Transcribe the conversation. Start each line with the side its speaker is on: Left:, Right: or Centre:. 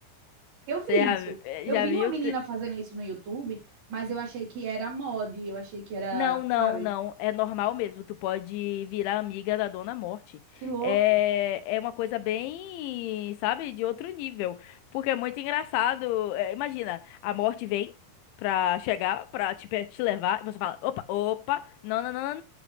Right: Eu vi
Left: Você já,
Right: isso.
Left: eh,
Right: Eu
Left: já
Right: vi
Left: viu?
Right: uma menina fazendo isso no YouTube, mas eu achei que era mod, eu achei que era,
Left: Não, não,
Right: sabe?
Left: não. É normal mesmo. Tu pode virar amiga da Dona Morte.
Right: Que louco.
Left: É, é uma coisa bem, sabe, de outro nível. Porque é muito engraçado. É, imagina, a Morte vem pra chegar, pra te, pe- te levar, e você fala: opa, opa, não, não, não, não,